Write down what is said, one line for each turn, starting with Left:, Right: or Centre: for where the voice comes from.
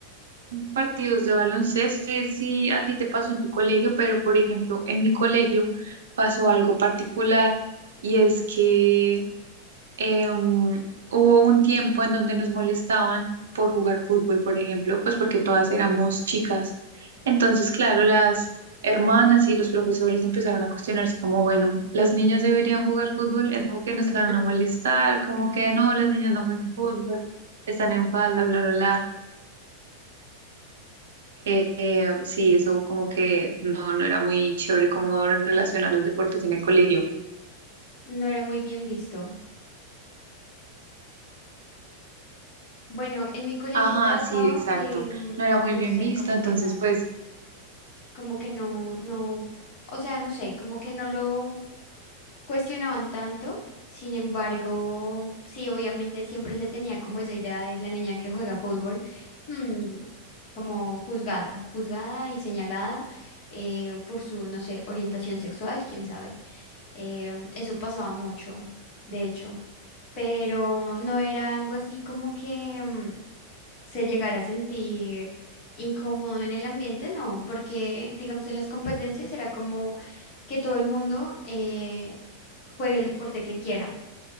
Right: partidos de baloncesto, sé si a ti te pasó en tu colegio, pero por ejemplo, en mi colegio pasó algo particular y es que em, hubo un tiempo en donde nos molestaban por jugar fútbol, por ejemplo, pues porque todas éramos chicas. Entonces, claro, las hermanas y los profesores empezaron a cuestionarse como, bueno, las niñas deberían jugar fútbol, en como que
Left: <laughs>
Right: nos empezaron a molestar, como que no, las niñas no juegan fútbol, están en falda, bla, bla, bla. Eh, eh, sí, eso como que no, no era muy chévere como en relación a los deportes en el colegio.
Left: No era muy bien visto. Bueno, en mi colegio
Right: Ajá,
Left: pasaba
Right: sí, exacto.
Left: que, mm,
Right: No era muy
Left: no
Right: bien
Left: sé,
Right: visto,
Left: como
Right: entonces
Left: que no,
Right: pues,
Left: como que no, no, o sea, no sé, como que no lo cuestionaban tanto. Sin embargo, sí, obviamente siempre se tenía como esa idea de la niña que juega fútbol, mm, como juzgada, juzgada y señalada eh, por su, no sé, orientación sexual, quién sabe. Em, eso pasaba mucho, de hecho, pero no era algo así como que mm, se llegara a sentir incómodo en el ambiente, no, porque digamos en las competencias era como que todo el mundo eh, juegue el deporte que quiera,